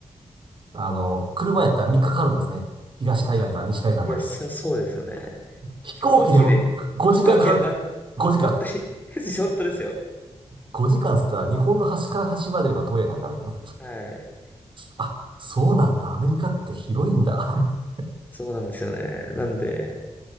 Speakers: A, on the right; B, on the left.
A: あの、車やったら3日かかかるんですね。東海岸から西海岸まで。
B: 本当いや、そ、そうですよね。
A: 飛行機でも5時間かかるって。
B: 飛行機で、飛行機でもなん、
A: 5時間。
B: 本当に <laughs> 本当ですよ。
A: 5時間っつったら日本の端から端までよりも遠いやないかみたいな。
B: はい。
A: あ、そうなんだ。アメリカって広いんだ。<laughs>
B: そうなんですよね。なんで、